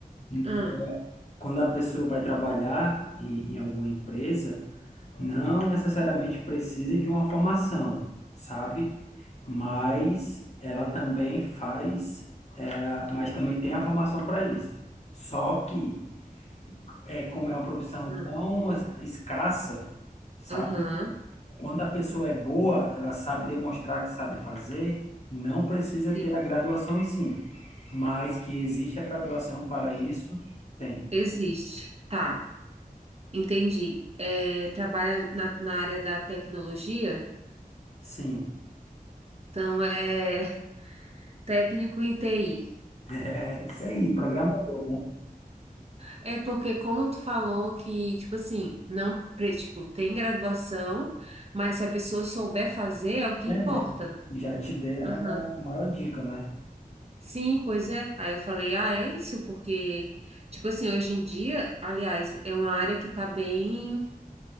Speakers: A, on the left (about 45°); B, on the right (about 40°).
A: n-
B: Ah,
A: quando a pessoa vai trabalhar em, em alguma empresa, Não necessariamente precisa de uma formação, sabe? Mas ela também faz, é, mas também tem a formação para isso. Só que, é, como é uma profissão
B: ah,
A: tão es- escassa, sabe?
B: aham,
A: Quando a pessoa é boa, ela sabe demonstrar que sabe fazer, não precisa ter
B: sim,
A: a graduação em si. Mas que existe a graduação para isso, tem.
B: existe. Tá, entendi. É, trabalha na, na área da tecnologia,
A: Sim,
B: então é <laughs> técnico em TI.
A: <laughs> é isso aí, programador. né?
B: É porque, como tu falou que, tipo assim, não, pre- tipo, tem graduação, mas se a pessoa souber fazer, é o que
A: É,
B: importa, né?
A: e já te dei a
B: Aham.
A: maior dica, né?
B: Sim, pois é. Aí eu falei, ah, é isso, porque, tipo assim, hoje em dia, aliás, é uma área que tá bem.